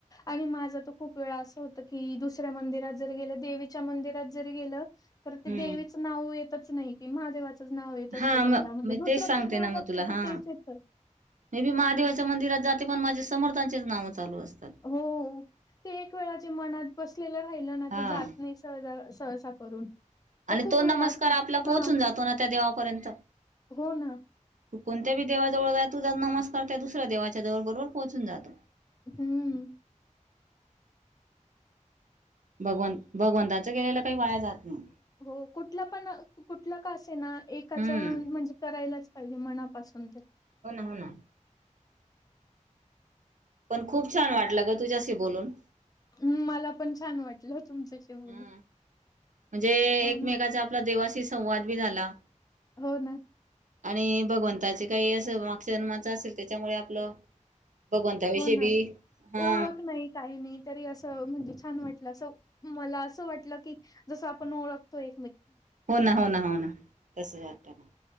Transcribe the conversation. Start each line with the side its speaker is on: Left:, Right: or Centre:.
Left: आणि माझा तर खूप वेळा असं होत. कि दुसऱ्या मंदिरात जर गेलं देवीच्या मंदिरात जर गेलं तर ते
Right: हम्म
Left: देवीचं नाव य येतच नाही की महादेवाच नाव येत असतं
Right: हा मग
Left: तोंडामध्ये
Right: मी
Left: दुसरं
Right: तेच सांगते
Left: पण देव
Right: ना मग
Left: बघत
Right: तुला हा
Left: की तेच येत.
Right: मे बी महादेवाच्या मंदिरात जाते पण माझे समर्थांचेच नाव चालू असतात
Left: हो ते एक वेळा मनात बसलेलं राहिलं ना
Right: हा
Left: ते जात नाही सहाजा सहसा करून. ते
Right: आणि
Left: खूप
Right: तो
Left: वेळा
Right: नमस्कार
Left: असत
Right: आपला पोहोचून
Left: हा
Right: जातो ना त्या देवापर्यंत.
Left: हो ना.
Right: तू कोणत्या ब देवाजवळ तुझ नमस्कार त्या दुसऱ्या देवा च्या जवळ बरोबर पोहोचून जातो.
Left: हम्म
Right: भगवन भगवंताचं केलेलं काही वाया जात नाही.
Left: हो कुठलं पण कुठलं का असे ना एकाच
Right: हम्म
Left: म्हणजे करायलाच पाहिजे मना पासून ते.
Right: हो ना, हो ना. पण खूप छान वाटलं ग तुझ्याशी बोलून.
Left: हम् मला पण छान वाटलं. तुमच्याशी बोलून
Right: हम म्हणजे
Left: हो
Right: एकमेकाचा
Left: ना
Right: आपला देवाशी संवाद बी झाला.
Left: हो ना.
Right: आणि भगवंताचे काही असं माकच्या जन्माच असेल त्याच्यामुळे आपलं भगवंताविषयी
Left: हो ना.
Right: बी हा
Left: ओळख नाही. काही नाही. तरी असं म्हणजे छान वाटलं असं. मला असं वाटलं की. जसं आपण ओळखतोय.
Right: हो ना. हो ना. हो ना. तसच वाटतना